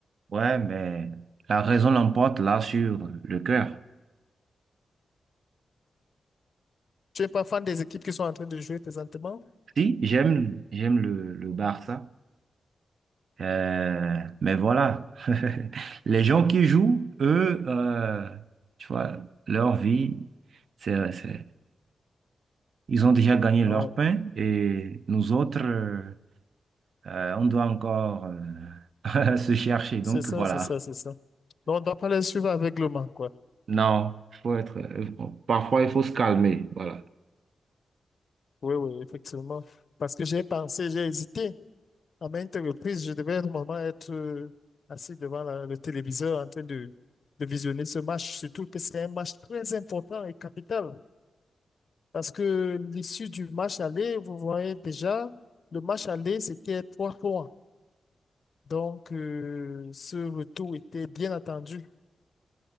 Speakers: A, on the right; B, on the left.
A: Ouais, mais la raison l'emporte là sur le cœur.
B: Tu n'es pas fan des équipes qui sont en train de jouer présentement?
A: Si, j'aime, j'aime le, le Barça. Euh, mais voilà, <laughs> les gens qui jouent, eux, euh, tu vois, leur vie, c'est, c'est- ils ont déjà gagné
B: Ah,
A: leur pain et nous autres, euh, euh, on doit encore euh, <laughs> se chercher. Donc
B: c'est ça,
A: voilà.
B: c'est ça, c'est ça. Non, on ne doit pas les suivre aveuglement, quoi.
A: Non, faut être, euh, parfois il faut se calmer. Voilà.
B: Oui, oui, effectivement. Parce que j'ai pensé, j'ai hésité. À maintes reprises, je devais normalement être euh, assis devant la- le téléviseur en train de, de visionner ce match, surtout que c'est un match très important et capital. Parce que l'issue du match aller, vous voyez déjà, le match aller, c'était trois points, Donc, euh, ce retour était bien attendu.